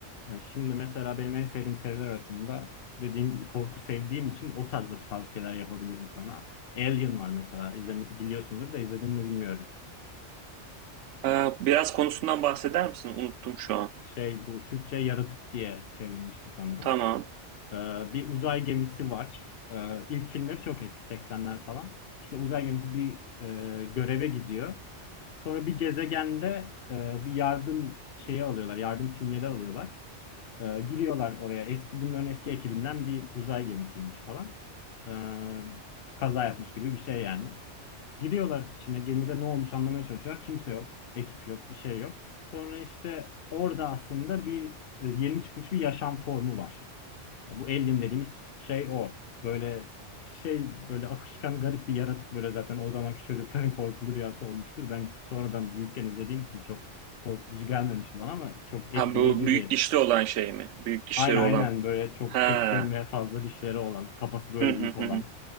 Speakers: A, on the left (about 60°); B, on the right (about 80°).
A: Yani şimdi mesela benim en sevdiğim seriler arasında dediğim gibi korku sevdiğim için o tarzda tavsiyeler yapabilirim sana. Alien var mesela. İzle, biliyorsundur da izledin mi bilmiyorum.
B: Ee, biraz konusundan bahseder misin? Unuttum şu an.
A: Şey bu Türkçe yaratık diye çevrilmişti sanırım.
B: Tamam.
A: Ee, bir uzay gemisi var. Ee, ilk filmleri çok eski seksenler falan. İşte uzay gemisi bir e, göreve gidiyor. Sonra bir gezegende e, bir yardım şeyi alıyorlar, yardım sinyali alıyorlar. Ee, giriyorlar oraya. Eski bunların eski ekibinden bir uzay gemisiymiş falan. Ee, kaza yapmış gibi bir şey yani. Giriyorlar içine gemide ne olmuş anlamaya çalışıyorlar. Kimse yok. Ekip yok. Bir şey yok. Sonra işte orada aslında bir e, yeni çıkmış bir yaşam formu var. Bu alien dediğimiz şey o. Böyle şey böyle akışkan garip bir yaratık böyle zaten o zamanki çocukların <laughs> korkulu rüyası olmuştur. Ben sonradan büyükken izlediğim için çok korkutucu gelmemişti bana ama çok
B: Ha
A: etkileyici
B: bu büyük
A: bir
B: dişli olan şey mi? Büyük dişleri
A: aynen
B: olan.
A: aynen böyle çok
B: Ha.
A: keskin ve fazla dişleri olan kafası böyle
B: Hı hı
A: büyük olan
B: hı. hı.